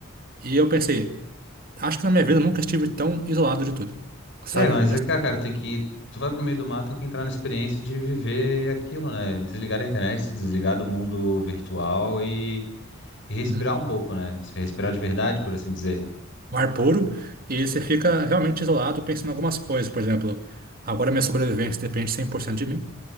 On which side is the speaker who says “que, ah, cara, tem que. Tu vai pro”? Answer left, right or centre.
Left